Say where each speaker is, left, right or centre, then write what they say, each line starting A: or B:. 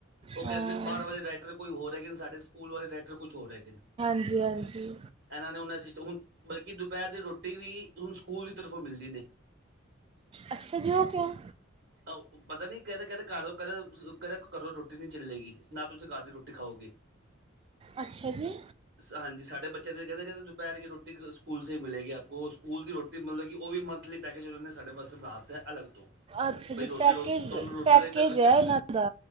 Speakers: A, on the right (about 60°); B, on the right (about 30°).
A: ਉ
B: ਹਾਂ
A: ਕਹਿੰਦੇ ਨੇ ਬਾਰ ਵਾਲੇ ਰਾਇਟਰ ਕੋਈ ਹੋਰ ਹੈਗੇ ਨੇ ਸਾਡੇ ਸਕੂਲ ਵਾਲੇ ਰਾਇਟਰ ਕੁਛ ਹੋਰ ਹੈਗੇ ਨ।
B: ਜੀ ਹਾਂਜੀ।
A: ਏਨਾਂ ਨੇ ਹੁਨ <unintelligible> ਬਲਕਿ ਦੁਪਹਿਰ ਦੀ ਰੋਟੀ ਵੀ ਹੁਣ ਸਕੂਲ ਦੀ ਤਰਫੋਂ ਮਿਲਦੀ ਨੇ।
B: ਅੱਛਾ ਜੀ ਔ ਕਿਔ।
A: ਓ ਪਤਾ ਨੀ ਕਹਿੰਦੇ-ਕਹਿੰਦੇ ਘਰੋਂ ਕਹਦੇ, ਕਹਦੇ ਘਰੋਂ ਰੋਟੀ ਨੀ ਚੱਲੇਗੀ ਨਾ ਤੁਸੀਂ ਘਰ ਦੀ ਰੋਟੀ ਖਾਓਗੇ।
B: ਅੱਛਾ ਜੀ।
A: ਹਾਂਜੀ ਸਾਡੇ ਬੱਚੇ ਦੇ ਕਹਿੰਦੇ ਕਹਦੇ ਦੁਪਹਿਰ ਦੀ ਰੋਟੀ ਸਕੂਲ ਸ ਹੀ ਮਿਲੇਗੀ ਆਪ ਕੋ ਉਹ ਸਕੂਲ ਦੀ ਰੋ ਤੇ ਮਤਲਬ ਕੀ ਉਹ ਵੀ ਮੰਥਲੀ ਪੈਕਜ ਉਹਨਾ ਨੇ ਸਾਡੇ ਵਾਸੇ ਬਨਾ ਤੇ ਅਲੱਗ ਤੋਂ,
B: ਅੱਛਾ ਜੀ
A: ਬਈ ਰੋਟੀ
B: ਪੈਕੇਜ
A: ਰੋ ਤੁਹਾਨੂੰ ਰੋਟੀ
B: ਪੈਕੇਜ
A: ਦਾ ਇੰਨਾ ਖਰਚਾ
B: ਹੈ
A: ਪੈਣਾ।
B: ਇਹਨਾਂ ਦਾ